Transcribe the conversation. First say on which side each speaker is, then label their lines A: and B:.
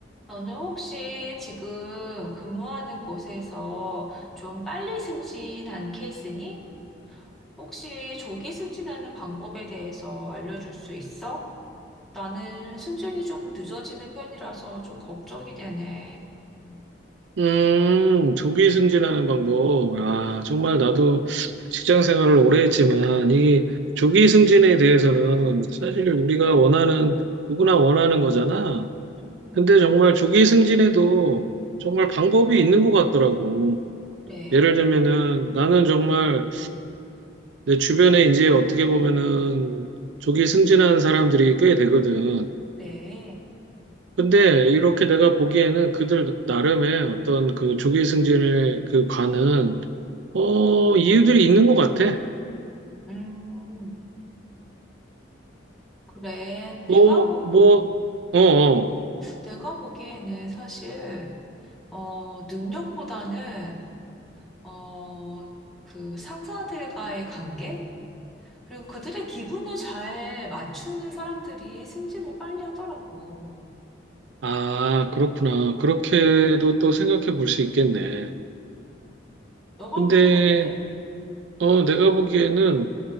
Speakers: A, in the centre; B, on the right.
A: 너는 혹시 지금 근무하는 곳에서 좀 빨리 승진한 케이스니? 혹시 조기 승진하는 방법에 대해서 알려줄 수 있어? 나는 승진이 조금 늦어지는 편이라서 좀 걱정이 되네.
B: 음, 조기 승진하는 방법. 아, 정말 나도 직장 생활을 오래 했지만, 이 조기 승진에 대해서는 사실 우리가 원하는, 누구나 원하는 거잖아.
A: 음,
B: 근데 정말 조기 승진에도 정말 방법이 있는 것 같더라고.
A: 그래,
B: 예를 들면은 나는 정말 내 주변에 이제 어떻게 보면은 조기 승진한 사람들이 꽤 되거든.
A: 그래.
B: 근데 이렇게 내가 보기에는 그들 나름의 어떤 그 조기 승진을 그 관은 어, 이유들이 있는 것 같아.
A: 음, 그래. 내가
B: 뭐,
A: 보,
B: 뭐,
A: 음,
B: 어, 어.
A: 내가 보기에는 사실, 어, 능력보다는, 어, 그 상사들과의 관계? 그리고 그들의 기분을 잘 맞추는 사람들이 승진을 빨리 하더라고.
B: 아, 그렇구나. 그렇게도 또 생각해 볼 수 있겠네.
A: 너가
B: 근데,
A: 보기엔 어때?
B: 어, 내가 보기에는,